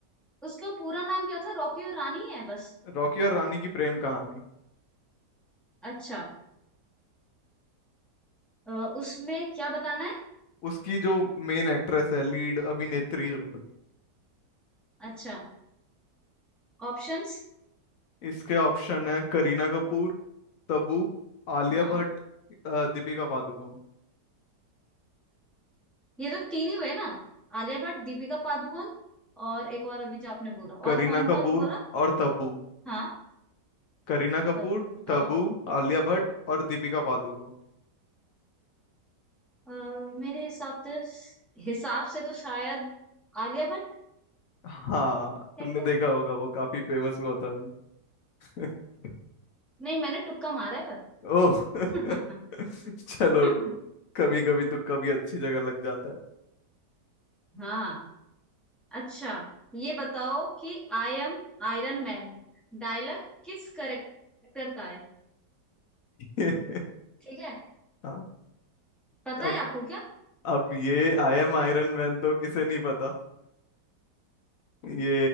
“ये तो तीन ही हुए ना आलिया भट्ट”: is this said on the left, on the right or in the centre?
Centre